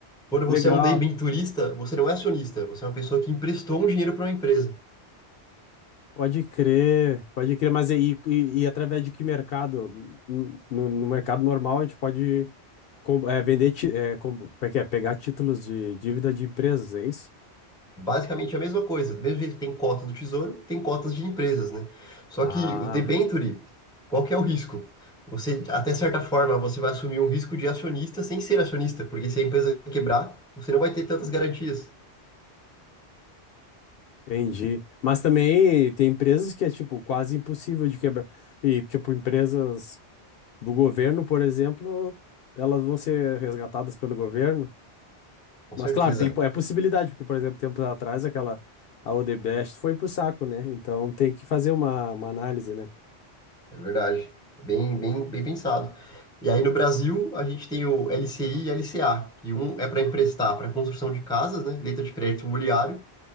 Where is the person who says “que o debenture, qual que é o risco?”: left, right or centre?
Centre